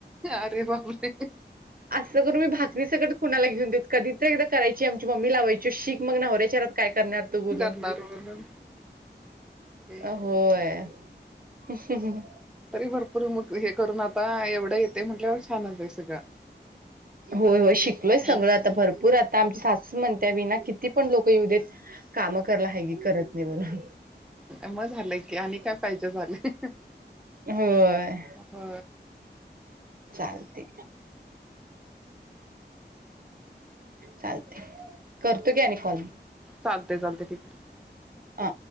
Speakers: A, in the centre; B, on the right.
A: अरे बापरे
B: असं करून मी भाकरी सकट कुणाला घेऊन देत कधी एकदा करायची आमची मम्मी लावायची शी मग नवऱ्याच्यारात काय करणार बोलून
A: करणार म्हणून अरे
B: होय ह हम ह
A: तरी भरपूर मग हे करून आता एवढं येते म्हटल्यावर छानत सगळं
B: होय होय शिकलोय
A: हम्म
B: सगळ आता भरपूर आता आमची सासूस म्हणते वि ना किती पण लोक युदेत काम कला ह की करत नाही म्हणून
A: मग झालंय की आणि काय पाहिजे झाले
B: होय
A: हो
B: चालते चालते करतो क्या आणि कॉल
A: चालते चालते ठीक आहे
B: अ